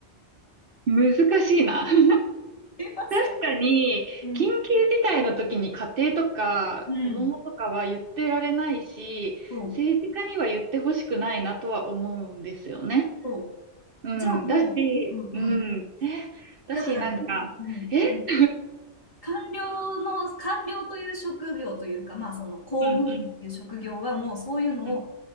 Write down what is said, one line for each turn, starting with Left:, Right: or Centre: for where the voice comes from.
Right: 難しいな。<laughs>
Left: すいません。
Right: 確かに、
Left: うん。
Right: 緊急事態の時に家庭とか子供とかは言ってられないし、
Left: うん。そう、
Right: 政治家には言ってほしくないなとは思うんですよね。
Left: そ
Right: うん、
Left: う。じゃあもう、
Right: だし、
Left: うんうん。
Right: うん、え、だし、
Left: だから、
Right: なんか、
Left: うん。
Right: え <laughs> うん
Left: 官僚の、官僚という職業というか、まあその公務員という職業はもうそういうのを
Right: うんうん。